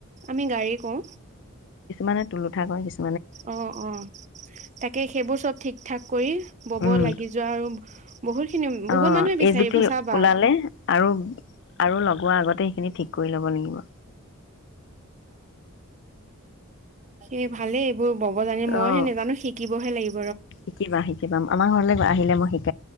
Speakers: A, on the right (about 30°); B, on the left (about 55°).
A: আমি গাড়ী কওঁ।
B: মানে তুলোঠা কয় কিছ
A: অ', অ', তাকে সেইবোৰ চব ঠিক ঠাক। কৰি ব'ব
B: উম
A: লাগি যোৱা আৰু বহুত খিনি বহুত
B: অ',
A: মানুহে বিচাৰিব
B: এইজুতি
A: চাবা
B: ওলালে আৰু আৰু লগোৱাৰ আগতে সেইখিনি ঠিক কৰি ল'ব লাগিব।
A: এ ভালেই। বোৰ বব জানে মইহে
B: অ
A: নাজানো শিকি ব'ব হে লাগ
B: শিকিবা শিকিবা আমাৰ ঘৰলৈ বা আহিলে মই শিক